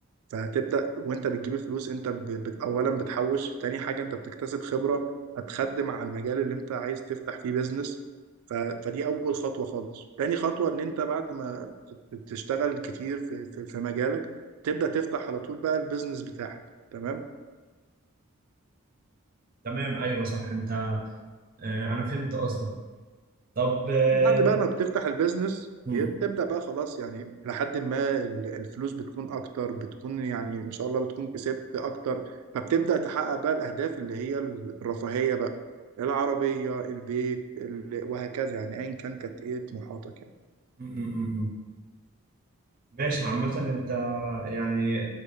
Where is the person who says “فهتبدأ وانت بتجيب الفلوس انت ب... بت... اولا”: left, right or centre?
Right